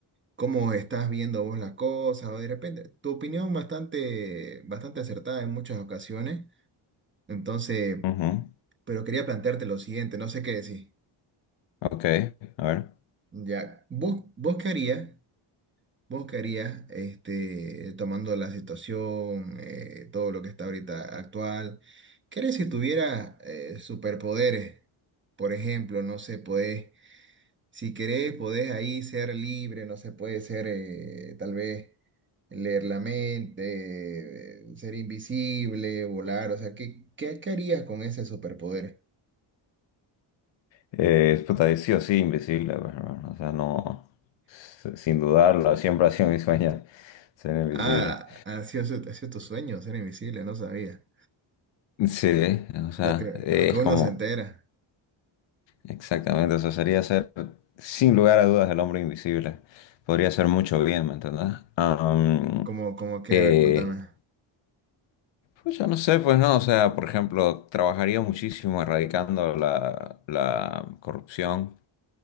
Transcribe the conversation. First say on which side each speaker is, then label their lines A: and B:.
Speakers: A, on the right; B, on the left.
A: ¿Cómo estás viendo vos las cosas? O de repente, tu opinión bastante, bastante acertada en muchas ocasiones. Entonces,
B: ujú,
A: pero quería plantearte lo siguiente, no sé qué decir.
B: Ok, a ver.
A: Ya, ¿vos, vos qué harías? ¿Vos qué harías, este, tomando la situación, eh, todo lo que está ahorita actual? ¿Qué harías si tuvieras eh, superpoderes? Por ejemplo, no sé, podés, si querés, podés ahí ser libre, no sé, puede ser eh, tal vez leer la mente, eh, ser invisible, volar, o sea, ¿qué, qué, qué harías con ese superpoder?
B: Eh, puta, sí o sí, invisible, pues, hermano. O sea, no, s- sin dudarlo, siempre ha sido mi sueño ser invisible.
A: Ah, ha sido, su- ha sido tu sueño ser invisible, no sabía.
B: Sí, o sea,
A: Lo que,
B: eh,
A: lo que
B: es
A: uno
B: como,
A: se entera.
B: exactamente, eso sería ser, sin lugar a dudas, el hombre invisible. Podría ser mucho bien, ¿me entendés? Am,
A: Como, como que,
B: eh,
A: a ver, contame.
B: Pues yo no sé, pues no, o sea, por ejemplo, trabajaría muchísimo erradicando la, la corrupción